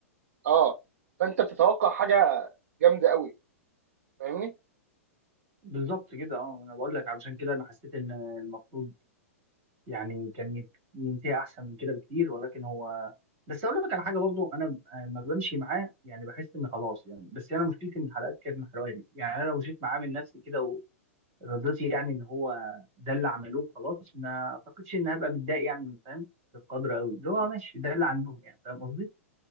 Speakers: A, on the right (about 60°); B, on the right (about 40°).
A: اه فانت بتتوقع حاجه جامده قوي فاهمني
B: بالظبط كده اه انا بقول لك علشان كده انا حسيت ان المفروض يعني كان يت- ينتهي احسن من كده بكتير ولكن هو بس اقول لك على حاجه برضو انا لما بمشي معاه يعني بحس ان خلاص يعني بس انا مشكلتي ان الحلقات كانت محرقاني يعني انا لو مشيت معاه من نفسي كده ورضيتي يعني ان هو ده اللي عملوه خلاص ما اعتقدش ان هبقى متضايق يعني فاهم بالقدر قوي اللي هو
A: مم.
B: ماشي ده اللي عندهم يعني فاهم قصدي